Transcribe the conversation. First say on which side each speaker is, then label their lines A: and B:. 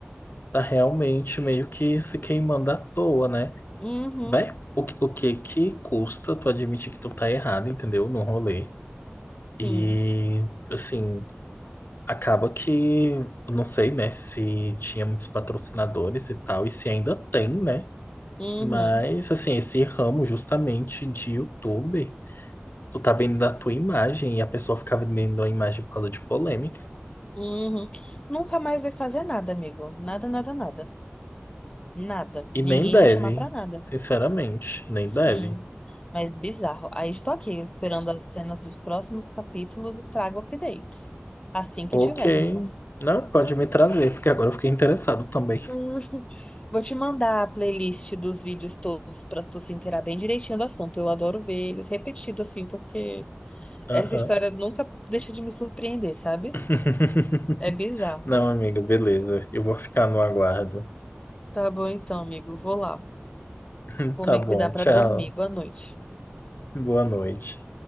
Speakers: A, on the left (about 50°); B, on the left (about 25°).
A: tá realmente meio que se queimando à toa, né?
B: Uhum,
A: Vai, o, que- o que que custa tu admitir que tu tá errado, entendeu? No rolê. E,
B: sim.
A: assim, Acaba que, eu não sei, né, se tinha muitos patrocinadores e tal, e se ainda tem, né?
B: Uhum,
A: Mas, assim, esse ramo justamente de YouTube, tu tá vendendo a tua imagem e a pessoa fica vendendo a imagem por causa de polêmica.
B: uhum. Nunca mais vai fazer nada, amigo. Nada, nada, nada. Nada.
A: E
B: Ninguém
A: nem deve,
B: vai chamar pra nada.
A: sinceramente, nem
B: Sim,
A: deve.
B: mas bizarro. Aí estou aqui esperando as cenas dos próximos capítulos e trago updates. Assim que
A: Ok,
B: tivermos.
A: não, pode me trazer, porque agora eu fiquei interessado também.
B: Hum, <laughs> Vou te mandar a playlist dos vídeos todos para tu se inteirar bem direitinho do assunto. Eu adoro ver eles repetido assim, porque
A: Aham.
B: essa história nunca deixa de me surpreender, sabe?
A: <laughs>
B: É bizarro.
A: Não, amigo, beleza, eu vou ficar no aguardo.
B: Tá bom então, amigo. Vou lá.
A: <laughs>
B: Vou
A: Tá
B: me
A: bom,
B: cuidar para
A: tchau,
B: dormir. Boa noite.
A: boa noite.